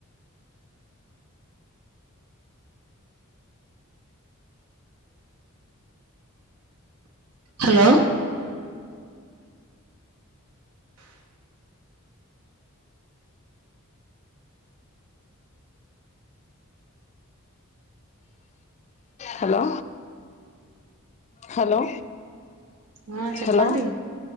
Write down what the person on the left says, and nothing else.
హలో హలో
హలో